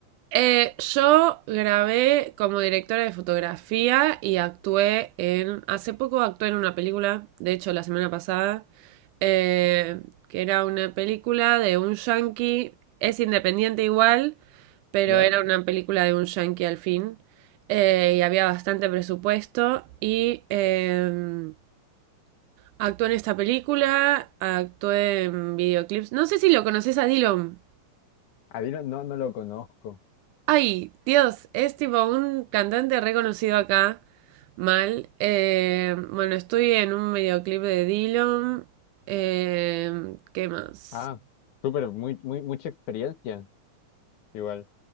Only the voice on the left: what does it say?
¿Ya?
A Dylan no, no lo conozco.
Ah, súper, muy, muy, mucha experiencia. Igual.